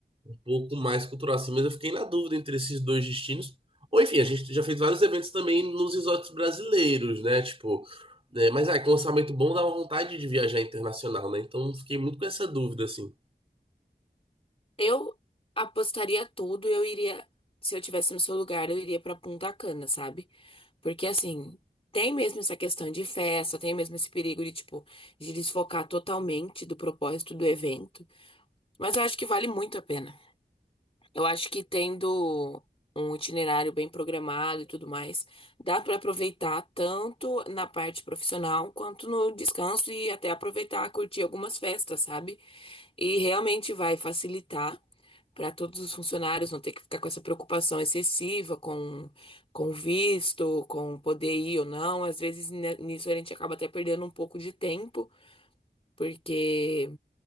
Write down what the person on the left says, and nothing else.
Eu apostaria tudo, eu iria, se eu tivesse no seu lugar, eu iria pra Punta Cana, sabe? Porque assim, tem mesmo essa questão de festa, tem mesmo esse perigo de tipo de desfocar totalmente do propósito do evento, mas eu acho que vale muito a pena. Eu acho que tendo um itinerário bem programado e tudo mais, dá para aproveitar tanto na parte profissional quanto no descanso e até aproveitar, curtir algumas festas, sabe? E realmente vai facilitar para todos os funcionários não ter que ficar com essa preocupação excessiva com com visto, com poder ir ou não. Às vezes né, nisso a gente acaba até perdendo um pouco de tempo, porque